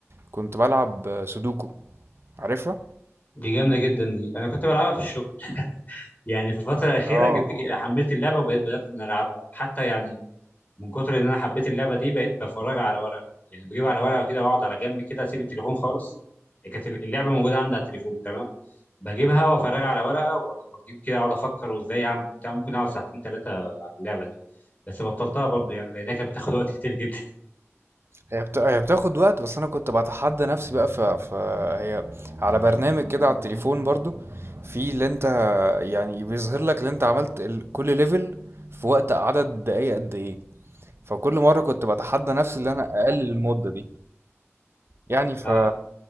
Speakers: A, on the right; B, on the left.
A: كنت بلعب سودوكو عارفها
B: دي جامده جدا دي انا كنت بلعبها في الشغل يعني في الفترة الأخيرة
A: اه
B: جبت حملت اللعبة وبقيت بدأت إن ألعبها حتى يعني من كتر إن أنا حبيت اللعبة دي بقيت بفرجها على ورقة يعني بجيب على ورقة كده وأقعد على جنب كده أسيب التليفون خالص كانت اللعبة موجودة عندي على التليفون تمام بجيبها وأفرجها على ورقة و- وأجيب كده أقعد أفكر وإزاي أعمل وبتاع ممكن أقعد ساعتين ثلاثة على اللعبة دي بس بطلتها برضه يعني لأنها كانت بتاخد وقت كتير جدا
A: هي بت... هي بتاخد وقت بس انا كنت بتحدى نفسي بقى ف... فهي على برنامج كده على التليفون برضو في اللي انت يعني بيظهر لك اللي انت عملت ال... كل ليفل في وقت عدد دقايق قد ايه فكل مرة كنت بتحدى نفسي اللي انا اقلل المدة دي يعني
B: <laughs>
A: ف
B: آه